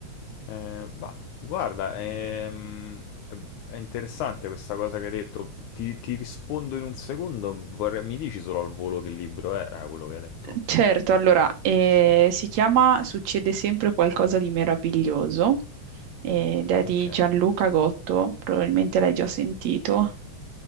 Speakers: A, on the left; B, on the right.
A: Eh, ma guarda, ehm, è, è interessante questa cosa che hai detto. Ti, ti rispondo in un secondo. Vorrei, mi dici solo al volo che libro era quello che hai letto?
B: Certo, allora, eh, si chiama Succede sempre qualcosa di meraviglioso ed è di
A: Ok.
B: Gianluca Gotto, probabilmente l'hai già sentito.